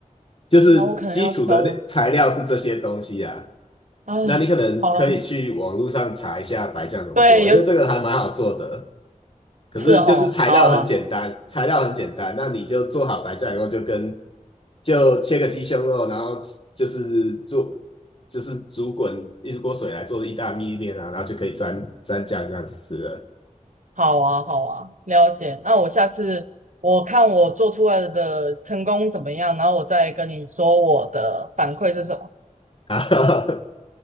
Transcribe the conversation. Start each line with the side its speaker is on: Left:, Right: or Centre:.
Left: 就是基础的那材料是这些东西啊。
Right: 那我可能要稍微啊，
Left: 那你可能可以去网络上查一下白酱怎么做，
Right: 好啊对，有
Left: 因为这个还蛮好做的。可是就是材料很简单，
Right: 是哦，好啊，
Left: 材料很简单，那你就做好白酱以后，就跟就切个鸡胸肉，然后就是做就是煮滚一锅水来做意大利面啊，然后就可以沾沾酱这样子吃了。
Right: 好啊，好啊，了解。那我下次我看我做出来的成功怎么样，然后我再跟你说我的反馈是什么。
Left: 好，